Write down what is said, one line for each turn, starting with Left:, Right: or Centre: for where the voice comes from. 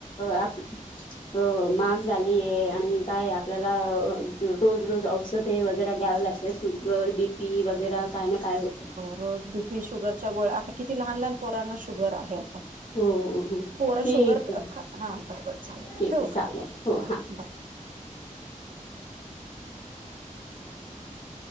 Left: आप हो महाग झालीये. आणि काय आपल्याला रोज रोज औषधे वगैरे घ्याव्या लागते. ते सुगर, बी पी वगैरे काय ना काय होत.
Right: रोज बीपी शुगरच्या गोळ आता किती लहान लहान पोराना शुगर आहे आता
Left: हो हो
Right: पोरा
Left: ठीक
Right: शुगर
Left: आहे
Right: ख हा बरोबर चालेल
Left: ठीक
Right: ठेव
Left: आहे चालेल
Right: का हो
Left: हां
Right: बाय एक